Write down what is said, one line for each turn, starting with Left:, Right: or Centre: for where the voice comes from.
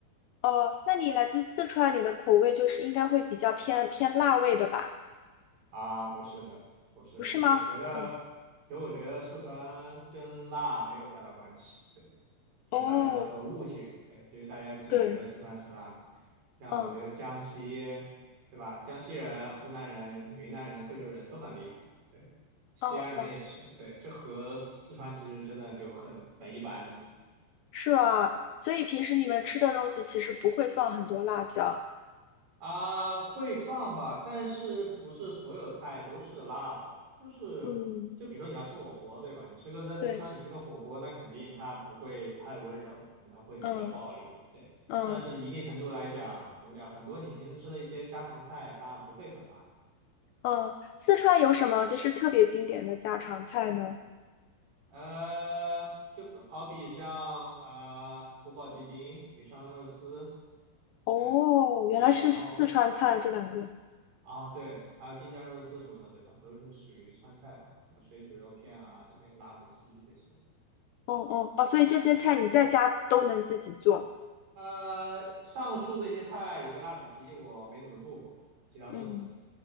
Left: 哦，那你来自四川，你的口味就是应该会比较偏偏辣味的吧？
Right: 啊，不是的，不是的，
Left: 不是吗？
Right: 我觉得，
Left: 哦
Right: 其实我觉得四川跟辣没有太大关系，对。就是大家都很误解，
Left: 哦，
Right: 对，就是大家总觉得四川吃辣，
Left: 对，
Right: 像我觉得江西，
Left: 嗯
Right: 对吧？江西人、湖南人、云南人、贵州人都很厉害，对，西安人也是，
Left: 嗯嗯，
Right: 对，这和四川其实真的就很很一般的。
Left: 是啊，所以平时你们吃的东西其实不会放很多辣椒。
Right: 啊，会放吧，但是不是所有菜都是辣的吧？就是，
Left: 嗯，
Right: 就比如说你要吃火锅，对吧？你吃个在四川，
Left: 对，
Right: 你吃个火锅，那肯定它不会太温柔，可能会比较暴力，
Left: 嗯
Right: 对。
Left: 嗯
Right: 但是一定程度来讲，怎么讲？很多你平时吃的一些家常菜，它不会很辣。
Left: 嗯，四川有什么就是特别经典的家常菜呢？
Right: 呃，就好比像啊、宫保鸡丁、鱼香肉丝，
Left: 哦，
Right: 对
Left: 原来是四川菜这两个。
Right: 对，然后啊，对，还有京酱肉丝什么的，对吧？都是属于川菜吧，什么水煮肉片啊之类，辣子鸡这些。
Left: 哦哦哦，所以这些菜你在家都能自己做。
Right: 那呃，上述这些菜有个辣子鸡，我没怎么做过，其他都能做。
Left: 嗯